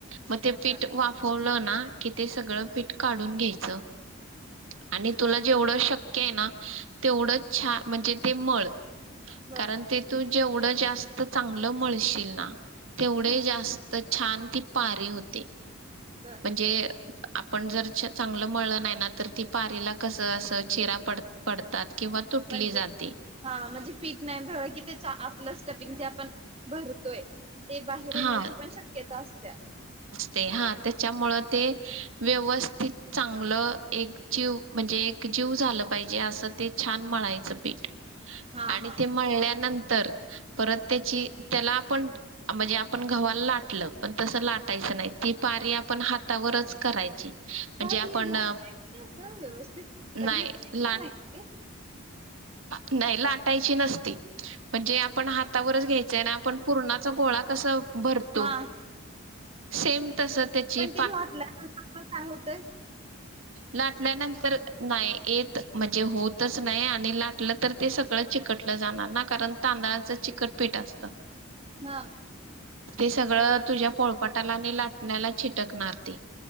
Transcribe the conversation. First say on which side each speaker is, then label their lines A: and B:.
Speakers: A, on the right; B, on the right.
A: म ते पीठ
B: बर
A: वाफवलं ना कि ते सगळं पीठ काढून घ्यायचं.
B: हा
A: आणि तुला जेवढं शक्य आय ना तेवढं छा म्हणजे ते मळ
B: बर
A: कारण ते तू जेवढं जा मत चांगलं म्हळशील ना तेवढे
B: हम्म
A: जास्त छान ती पारी होती.
B: बर
A: म्हणजे आपण जर चांगलं मळलं नाही ना तर ती पारीला कसं असं चेरा पड पडतात- किंवा तुटली
B: म्हणजे
A: जाते
B: हा म्हणजे पीठ नाहीव कि त्या आपलंच कटिंग जे आपण भरतोय. ते बाहेर येण्याची
A: हा
B: पण शक्यता असत्या
A: ते हा त्याच्यामुळ ते व्यवस्थित चांगलं एक जीव म्हणजे एक जीव झालं पाहिजे असं ते छान मळायचं पीठ.
B: हा
A: आणि
B: हा
A: ते मळल्यानंतर परत त्याची त्याला आपण म्हणजे आपण गव्हाला लाटलं पण तसं लाटायचं नाही ती पारी आपण हातावरच करायची. म्हणजे
B: का
A: आपण
B: ती लाट
A: अ,
B: अस व्यवस्थित
A: नाही
B: कधी मी
A: लाट
B: नाही ते.
A: नाही लाटायची नसती म्हणजे आपण हातावरच घ्यायचंय ना आपण पूर्णाचा गोळा कसा भरतो
B: हा.
A: सेम तसं त्याची
B: पण ते लास्टला काय होतय?
A: लाटला नंतर नाही येत म्हणजे होतच नाही आणि लाटलं तर ते सगळं चिकटलं जाणार ना कारण तांदळाच चिकटपीठ असतं.
B: हा.
A: ते सगळं तुझ्या पोळपाटाला आणि लाटण्याला चिटकणार ते